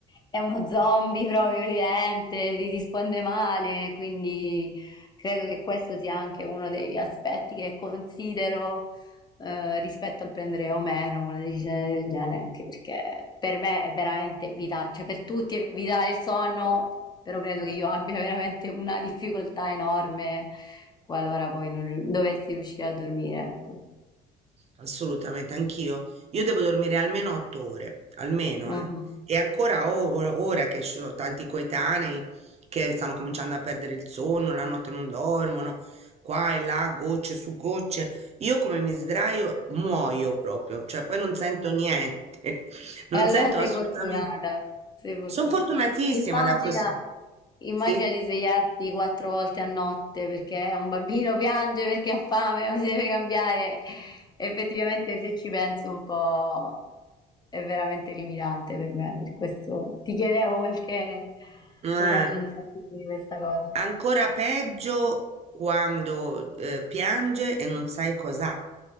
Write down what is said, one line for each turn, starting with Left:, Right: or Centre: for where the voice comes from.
Left: è uno zombie proprio vivente, ti risponde male, quindi credo che questo sia anche uno degli aspetti che considero eh, rispetto al prendere o meno una decisione del genere, anche perché per me è veramente vitale, cioè per tutti è vitale il sonno, però credo che io abbia veramente una difficoltà enorme qualora poi non riu- dovessi riuscire a dormire, ecco.
Right: assolutamente, anch'io. Io devo dormire almeno otto ore, almeno,
Left: Mm.
Right: eh. E ancora ora, ora che ci sono tanti coetanei che stanno cominciando a perdere il sonno, la notte non dormono, qua e là, gocce su gocce. Io come mi sdraio muoio proprio, cioè poi non sento niente, <laughs> non
Left: E allora
Right: sento
Left: sei
Right: assolutamente
Left: fortunata, sei fortuna
Right: Sono fortunatissima
Left: Immagina
Right: da questo.
Left: immagina
Right: Sì,
Left: di svegliarti 4 volte a notte perché un bambino piange perché ha fame o si deve cambiare. Effettivamente, se ci penso un po', è veramente limitante per me. Per questo ti chiedevo qualche
Right: ma
Left: cosa ne pensavi tu di questa cosa.
Right: ancora peggio quando eh, piange e non sai cos'ha.